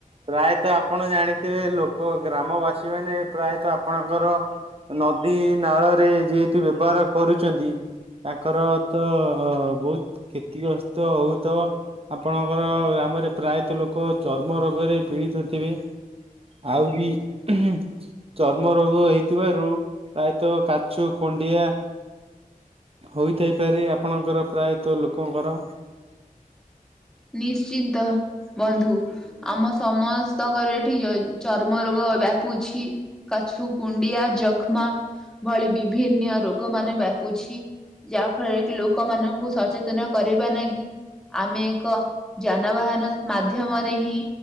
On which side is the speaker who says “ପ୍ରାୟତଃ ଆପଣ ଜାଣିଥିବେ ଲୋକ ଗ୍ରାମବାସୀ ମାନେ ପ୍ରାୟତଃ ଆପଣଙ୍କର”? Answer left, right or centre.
Right